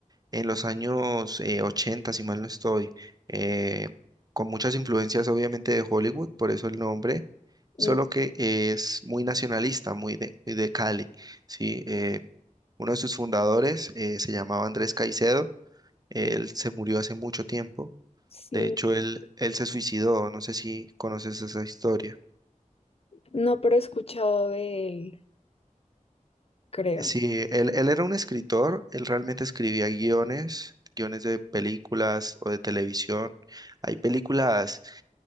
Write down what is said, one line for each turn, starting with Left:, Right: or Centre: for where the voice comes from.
Right: en los años eh, 80, si mal no estoy, eh, con muchas influencias obviamente de Hollywood, por eso el nombre, solo
Left: Mm,
Right: que es muy nacionalista, muy de, muy de Cali, ¿sí? Eh, uno de sus fundadores eh, se llamaba Andrés Caicedo Él
Left: mm,
Right: se murió hace mucho tiempo.
Left: Sí,
Right: De hecho, él, él se suicidó. No sé si conoces esa historia.
Left: no, pero he escuchado de él, creo.
Right: Eh, Sí, él, él era un escritor. Él realmente escribía guiones, guiones de películas o de televisión. Hay películas